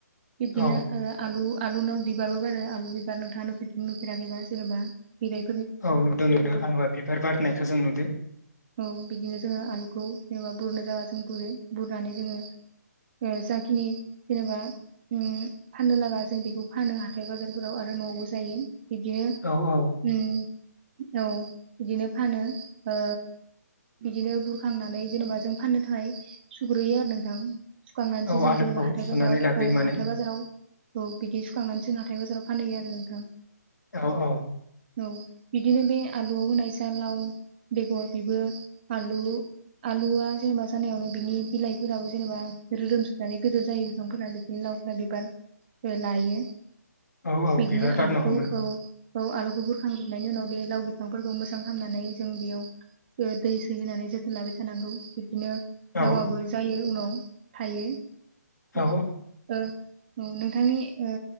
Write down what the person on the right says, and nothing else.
बिदिनो
ओ आलु आलुनाव बिबारबो बारो आलु बिबार नोंथाङा नुफेराखैबा जेनेबा बिराय
औ बिदिनो जोङो आलुखौ जेनेबा बुरनो जाबा जों बुरो बुरनानै जोङो जाखिनि जेनेबा फाननो लागा जों बेखौ फानो हाथाय बाजारफोराव आरो न'आवबो जायो बिदिनो
उम औ बिदिनो फानो ओ बिदिनो बुरखांनानै जेन'बा जों फाननो थाखाय सुग्रोयो आरो नोंथां सुखांनानैसो
जों
जेनेबा हाथाय
बाजाराव
औ
हाथाय बाजाराव। औ बिदि सुखांनानै जों हाथाय बाजाराव फानहैयो आरो नोंथां
औ। बिदिनो बे आलुआव होनाय जा लाव बेगर बेबो आलु आलुआ जेनेबा जानायावनो बिनि बिलाइफोराबो जेनेबा रोदोमसोबनानै गिदिर जायो बिफांफोरा बिदिनो लावफोरा बिबार लायो
बिदिनो
आलुखौ
औ औ आलु बुरखां। हनायनि उनाव बे लाव बिफांफोरखौ मोजां खालामनानै जों बेयाव दै सै होनानै जोथोन लाबाय थानांगौ बिदिनो
नावाबो जायो उनाव थायो।
ओ। औ नोंथांनि ओ